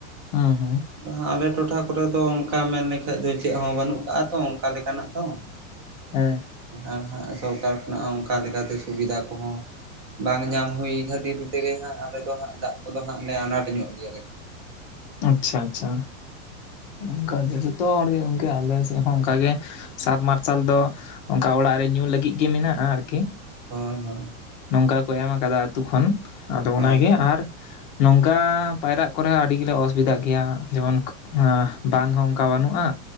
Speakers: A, on the left; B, on the right.
A: ᱦᱩᱸ ᱦᱩᱸ᱾
B: ᱟᱫᱚ ᱦᱟᱸ ᱟᱞᱮ ᱴᱚᱴᱷᱟ ᱠᱚᱨᱮ ᱛᱚ ᱚᱝᱠᱟ ᱢᱮᱱ ᱞᱮᱠᱷᱟᱡ ᱫᱚ ᱪᱮᱫ ᱦᱚᱸ ᱵᱟᱹᱱᱩᱜ ᱠᱟᱜᱼᱟ ᱛᱚ ᱚᱝᱠᱟ ᱞᱮᱠᱟᱱᱟᱜ ᱫᱚ᱾
A: ᱦᱮᱸ
B: ᱟᱨ ᱦᱟᱸᱜ ᱥᱚᱨᱠᱟᱨ ᱠᱷᱚᱱᱟᱜ ᱦᱚᱸ ᱚᱝᱠᱟ ᱞᱮᱠᱟᱛᱮ ᱥᱩᱵᱤᱫᱟ ᱠᱚᱦᱚᱸ ᱵᱟᱝ ᱧᱟᱢ ᱦᱩᱭ ᱠᱷᱟᱹᱛᱤᱨ ᱛᱮᱜᱮ ᱦᱟᱸᱜ ᱟᱞᱮ ᱫᱚ ᱦᱟᱸᱜ ᱫᱟᱜ ᱠᱚᱫᱚ ᱦᱟᱸᱜ ᱞᱮ ᱟᱱᱟᱴ ᱧᱚᱜ ᱜᱮᱭᱟ ᱠᱟᱹᱴᱤᱡ᱾
A: ᱟᱪᱪᱷᱟ ᱟᱪᱪᱷᱟ ᱚᱝᱠᱟᱜᱮ ᱡᱚᱛᱚ ᱦᱚᱲ ᱜᱮ ᱚᱱᱠᱮ ᱟᱞᱮ ᱥᱮᱫ ᱦᱚᱸ ᱚᱝᱠᱟᱜᱮ ᱥᱟᱵ ᱢᱟᱨᱥᱟᱞ ᱫᱚ ᱚᱝᱠᱟ ᱚᱲᱟᱜ ᱨᱮ ᱧᱩ ᱞᱟᱹᱜᱤᱫ ᱜᱮ ᱢᱮᱱᱟᱜᱼᱟ ᱟᱨᱠᱤ᱾
B: ᱦᱳᱭ ᱦᱳᱭ᱾
A: ᱱᱚᱝᱠᱟ ᱠᱚ ᱮᱢ ᱠᱟᱫᱟ ᱟᱹᱛᱩᱳ ᱠᱷᱚᱱ ᱟᱫᱚ
B: ᱦᱳᱭ
A: ᱚᱱᱟᱜᱮ ᱟᱨ ᱱᱚᱝᱠᱟ ᱯᱟᱭᱨᱟᱜ ᱠᱚᱨᱮ ᱦᱚᱸ ᱟᱹᱰᱤ ᱜᱮᱞᱮ ᱚᱥᱩᱵᱤᱫᱟᱜ ᱜᱮᱭᱟ, ᱡᱮᱢᱚᱱ ᱵᱟᱸᱫ ᱦᱚᱸ ᱚᱝᱠᱟ ᱵᱟᱹᱱᱩᱜᱼᱟ